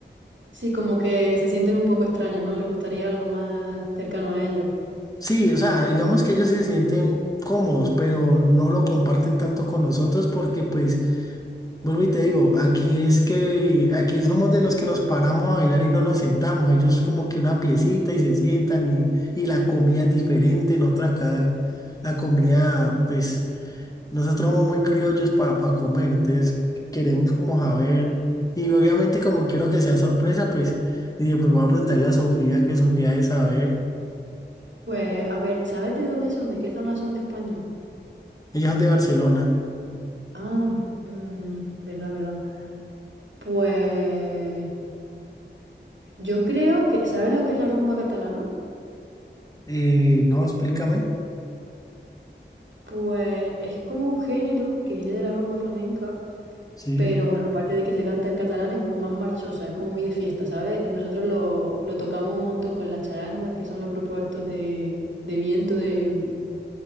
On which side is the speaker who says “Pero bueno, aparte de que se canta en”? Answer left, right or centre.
Right